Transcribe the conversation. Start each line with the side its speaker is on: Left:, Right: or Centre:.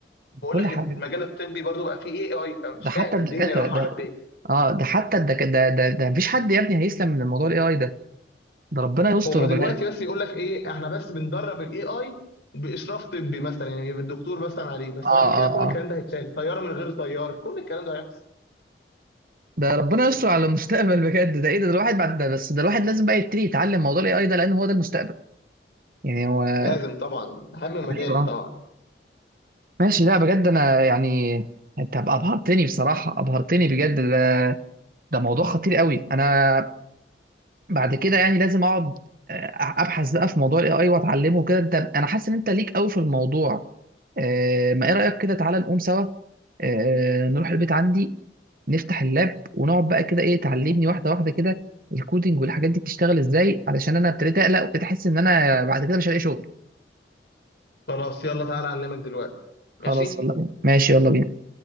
Left: بقول
Right: كل
Left: لك
Right: حاجه
Left: المجال الطبي برضو بقى فيه اي اي فمش
Right: ده حتى
Left: فاهم
Right: الدكاتره
Left: الدنيا رايحه
Right: ده
Left: على فين
Right: اه ده حتى الدك... ده ده ده مفيش حد يا ابني هيسلم من الموضوع الاي اي ده ده ربنا يستر
Left: هما دلوقتي
Right: بجد
Left: بس يقول لك ايه احنا بس بندرب الاي اي باشراف طبي مثلا يعني بالدكتور مثلا عليه بس
Right: اه
Left: بعد كده
Right: اه
Left: كل
Right: اه
Left: الكلام ده هيتشال طياره من غير طيار كل الكلام ده هيحصل
Right: ده ربنا يستر على المستقبل بجد ده ايه ده, ده الواحد بعد ده بس ده الواحد لازم بقى يبتدي يتعلم موضوع الاي اي ده لان هو ده المستقبل يعني هو
Left: لازم طبعا اهم مجال
Right: ايوه
Left: طبعا
Right: ماشي لا بجد انا يعني انت أب- ابهرتني بصراحه ابهرتني بجد ده, ده موضوع خطير قوي انا بعد كده يعني لازم اقعد آه، ابحث بقى في موضوع الاي اي واتعلمه كده انت انا حاسس ان انت ليك قوي في الموضوع آه، ما ايه رايك كده تعالى نقوم سوا آه، نروح البيت عندي نفتح اللاب ونقعد بقى كده ايه تعلمني واحده واحده كده الكودينج والحاجات دي بتشتغل ازاي علشان انا ابتديت اقلق وابتديت احس ان انا بعد كده مش هلاقي شغل
Left: خلاص يلا تعالى اعلمك دلوقتي
Right: خلاص
Left: ماشي
Right: يلا بينا ماشي يلا بينا